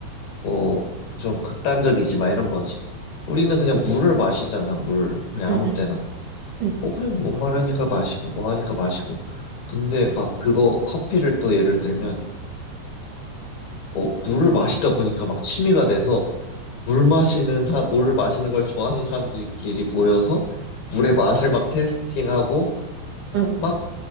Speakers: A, on the left; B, on the right.
A: 뭐, 좀 극단적이지, 막 이런 거지. 우리는 그냥 물을 마시잖아, 물. 그냥
B: 응,
A: 아무
B: 응,
A: 때나.
B: 응,
A: 뭐, 그냥 목마르니까 마시고, 뭐 하니까 마시고. 근데 막 그거, 커피를 또 예를 들면, 어, 물을 마시다 보니까 막 취미가 돼서, 물 마시는 사, 물을 마시는 걸 좋아하는 사람들끼리 모여서, 물의 맛을 막 테스팅하고,
B: 응,
A: 막